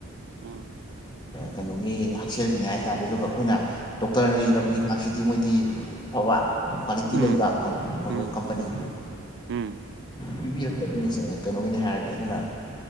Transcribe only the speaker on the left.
ꯀꯩꯅꯣꯒꯤ ꯍꯛꯁꯦꯜꯒꯤꯅꯦ ꯍꯥꯏꯇꯥꯔꯦ ꯑꯗꯨꯒ ꯑꯩꯈꯣꯏꯅ ꯗꯣꯛꯇꯔꯅ ꯏꯔꯛꯄ ꯍꯤꯗꯥꯛꯁꯤꯗꯤ ꯃꯣꯏꯗꯤ ꯑꯐꯕ ꯀ꯭ꯋꯥꯂꯤꯇꯤ
ꯂꯩꯕ ꯑꯐꯕ
ꯀꯝꯄꯅꯤ
ꯄꯤꯕꯤꯔꯛꯇ ꯀꯩꯅꯣꯒꯤꯅꯤ ꯍꯥꯏꯔꯗꯤ ꯑꯗꯨꯅ